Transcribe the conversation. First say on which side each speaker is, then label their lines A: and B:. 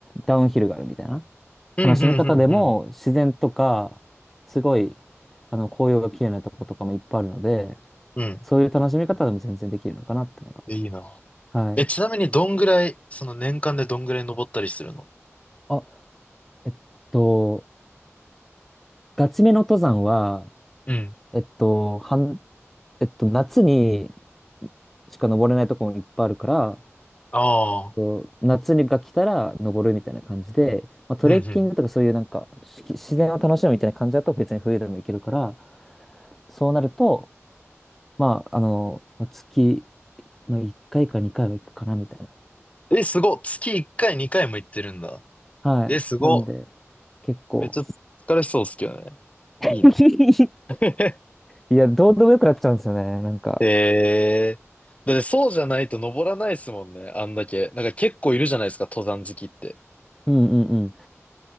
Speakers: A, in the centre; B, on the left.
A: ダウンヒルがあるみたいな
B: うん、
A: 楽しみ方でも、
B: うん、うん、
A: 自然とか、すごい、あの、紅葉が綺麗なとことかもいっぱいあるので、
B: うん。うん。
A: そういう楽しみ方でも全然できるのかなっていうのが。
B: いいな。
A: はい。
B: え、ちなみにどんぐらい、その年間でどんぐらい登ったりするの
A: あ、えっと、ガチめの登山は、
B: うん。
A: えっと、半えっと、夏にしか登れないとこもいっぱいあるから、
B: ああ。
A: こう夏にが来たら登るみたいな感じで、まあ、トレッキングとかそういうなんかし自然を楽しむみたいな感じだと別に冬でも行けるから、
B: うん、うん、
A: そうなると、まあ、あの、まあ月、まあ、1回か2回は行くかなみたいな。
B: え、すごっ。月1回、2回も行ってるんだ。
A: はい。
B: え、すごっ。
A: なんで、結構。
B: めっちゃ疲れそうっすけどね。
A: <laughs>
B: いいな。<laughs>
A: いや、どうでもよくなっちゃうんですよね。なんか。
B: へえー。だってそうじゃないと登らないっすもんね。あんだけ。なんか結構いるじゃないですか、登山好きって。
A: うんうんうん。